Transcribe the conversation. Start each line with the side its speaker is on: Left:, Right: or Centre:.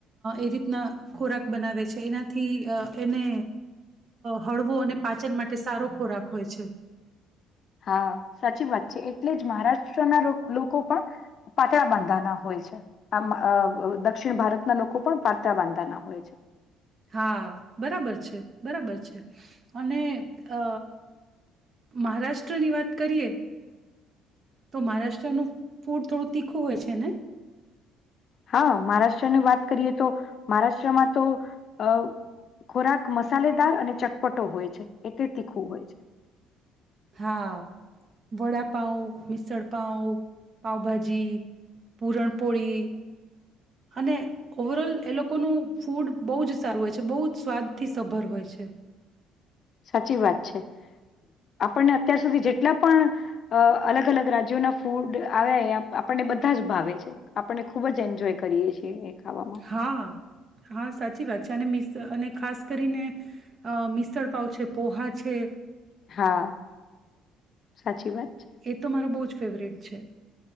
Right: એ રીતના ખોરાક બનાવે છે એનાથી એને હળવો અને પાચન માટે સારો ખોરાક હોય છે
Left: હા સાચી વાત છે એટલે જ મહારાષ્ટ્રના લોકો પણ પાતળા બાંધાના હોય છે આ દક્ષિણ ભારતના લોકો પણ પાતળા બાંધાના હોય છે
Right: હા બરાબર છે બરાબર છે અને અ મહારાષ્ટ્રની વાત કરીએ તો મહારાષ્ટ્રનું ફૂડ થોડું તીખું હોય છે ને
Left: હા મહારાષ્ટ્રની વાત કરીએ તો મહારાષ્ટ્રમાં તો અ ખોરાક મસાલેદાર અને ચટપટો હોય છે એટલે તીખું હોય છે
Right: હા વડાપઉ મિસળ પાઉ પાઉભાજી પુરણપોળી અને ઓવરઓલ એ લોકોનું ફૂડ બહુ જ સારું હોય છે બહુ જ સ્વાદથી સભર હોય છે
Left: સાચી વાત છે આપણને અત્યાર સુધી જેટલા પણ અલગ અલગ રાજ્યોના ફૂડ આવ્યા એ આપણને બધા જ ભાવે છે આપણને ખૂબ જ એન્જોય કરીએ છીએ ખાવામાં
Right: હા હા સાચી વાત છે અને મિ અને ખાસ કરીને, મિસળપાવ છે પોહા છે.
Left: હા, સાચી વાત. છે
Right: એ તો મારો બહુ ફેવરેટ છે,